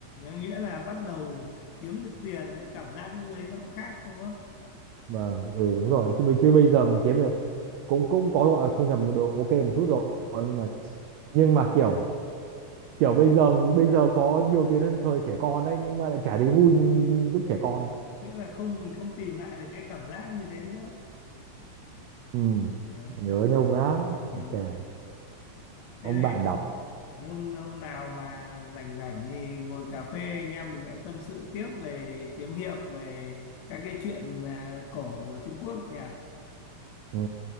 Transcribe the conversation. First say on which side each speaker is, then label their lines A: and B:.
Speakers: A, on the left; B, on the right.
A: nghĩa là bắt đầu kiếm được tiền cái cảm giác lúc đấy nó cũng khác đúng không
B: mà ừ đúng rồi chứ bây chứ bây giờ mình kiếm được cũng cũng có gọi là thu nhập một độ ok một chút rồi nhưng mà nhưng mà kiểu kiểu bây giờ bây giờ có nhiều tiền hơn thời trẻ con đấy nhưng mà lại chả thấy vui như như, như
A: ừ.
B: lúc trẻ con
A: nghĩa là không mình không tìm lại được cái cảm giác như thế nữa
B: ừ.
A: ừ.
B: nhớ Nhung lắm
A: Ừ.
B: Đấy kìa ông
A: thế thì
B: bạn đọc
A: hôm, hôm hôm nào mà rảnh rảnh thì ngồi cà phê anh em mình lại tâm sự tiếp về kiếm hiệp về các cái chuyện à, cổ của Trung Quốc nhỉ
B: ừ.